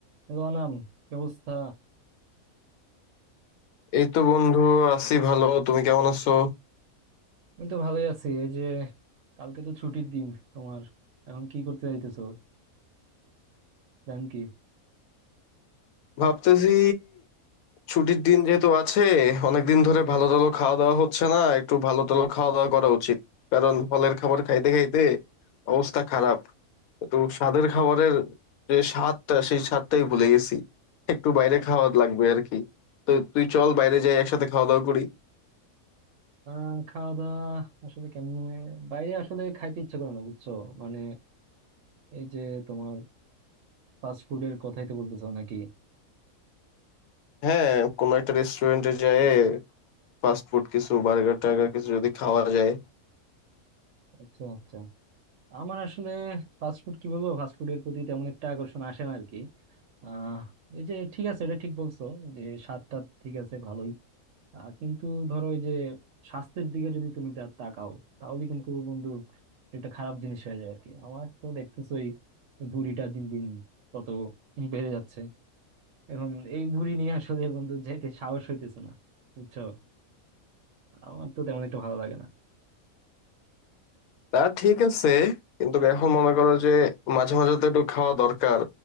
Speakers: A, on the right (about 65°); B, on the left (about 80°).
A: Hello অনাম কি অবস্থা
B: এই তো বন্ধু আছি ভালো তুমি কেমন আছো
A: আমি তো ভালোই আছি এই যে কালকে তো ছুটির দিন তোমার এখন কি করতে যাইতেছো প্ল্যান কি
B: ভাবতেছি ছুটির দিন যেহেতু আছে অনেকদিন ধরে ভালো টালো খাওয়া দাওয়া হচ্ছে না একটু ভালো টালো খাওয়া দাওয়া করা উচিত কারণ হলের খাবার খাইতে খাইতে অবস্থা খারাপ একটু স্বাদের খাবারের যে স্বাদটা সেই স্বাদটাই ভুলে গেছি একটু বাইরে খাওয়া লাগবে আর কি তো তুই চল বাইরে যাই একসাথে খাওয়া দাওয়া করি
A: আহ খাওয়া দাওয়া আসলে কেমনে বাইরে আসলে খাইতে ইচ্ছে করে না বুঝছো মানে এই যে তোমার ফাস্ট ফুডের কথাই তো বলতেছো নাকি
B: হ্যাঁ কোনো একটা রেস্টুরেন্টে যাই ফাস্ট ফুড কিছু বার্গার টার্গার কিছু যদি খাওয়া যায়
A: আচ্ছা আচ্ছা আমার আসলে ফাস্ট ফুড কি বলবো ফাস্ট ফুডের প্রতি তেমন একটা আকর্ষণ আসে না আর কি আহ এই যে ঠিক আছে এটা ঠিক বলছো যে স্বাদটা ঠিক আছে ভালোই আহ, কিন্তু ধরো ওই যে স্বাস্থ্যের দিকে যদি তুমি তা- তাকাও তাহলে কিন্তু বন্ধু এটা খারাপ জিনিস হয়ে যায় আর কি আমার তো দেখতেছোই ভুঁড়িটা দিন দিন কত বেড়ে যাচ্ছে এখন এই ভুঁড়ি নিয়ে আসলে বন্ধু যেতে সাহস হইতেছে না বুঝছো আমার তো তেমন একটা ভালো লাগে না
B: তা ঠিক আছে কিন্তু এখন মনে করো যে মাঝে মাঝে তো একটু খাওয়া দরকার